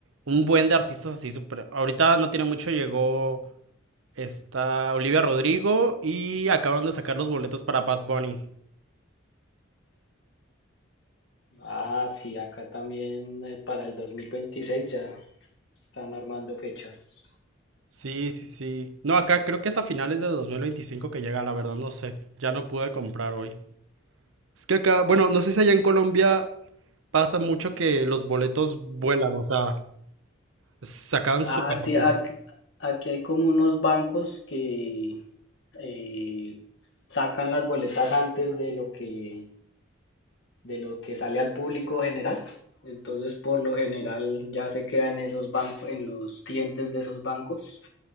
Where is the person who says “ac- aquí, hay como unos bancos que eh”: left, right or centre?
Left